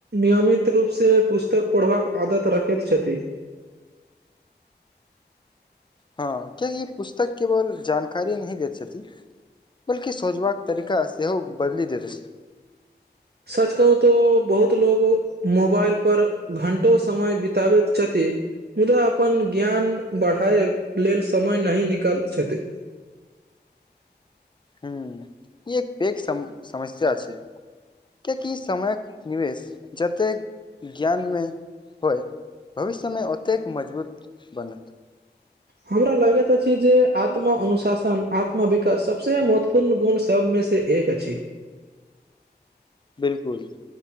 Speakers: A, on the right; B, on the left.
A: नियमित रूपसँ पुस्तक पढ़बाक आदत राखैत छथि।
B: हँ किया कि पुस्तक केवल जानकारी नहि दैत छथि। बल्कि सोझबाक तरीका सेहो बदली देैत अछि
A: सच कहू तो बहुत लोग मोबाइल पर घंटो समय बिताबैत छथि मुदा अपन ज्ञान बढ़ए लेल समय नहि निकाल छथि।
B: हू ई एक पैघ सम समस्या छै किएकि समयके निवेश जतेक ज्ञानमे होय भविष्यमे ओतेक मजबूत बनत <inaudible>
A: हमरा लागैत अछि जे आत्मा अनुशासन आत्मा विकास सबस महत्वपूर्ण गुण सब मे से एक अछि
B: बिल्कुल